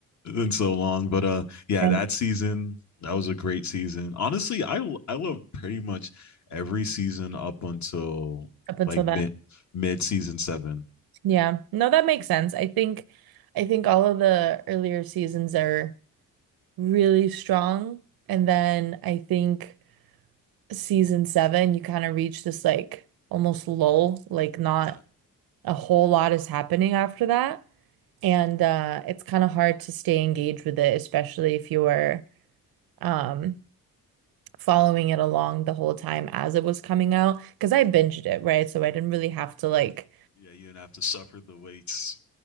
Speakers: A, on the left (about 50°); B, on the right (about 85°).
A: it's been so long, but uh yeah,
B: mean,
A: that season that was a great season. Honestly, I I love pretty much every season up until
B: up until
A: like
B: that.
A: mid mid season 7.
B: Yeah, no, that makes sense. I think I think all of the earlier seasons are. really strong. And then I think season seven, you kind of reach this like almost lull, like not
A: Yeah.
B: a whole lot is happening after that. And uh, it's kind of hard to stay engaged with it, especially if you were um, following it along the whole time as it was coming out. Because I binged it, right? So I didn't really have to like
A: Yeah, you didn't have to suffer the waits.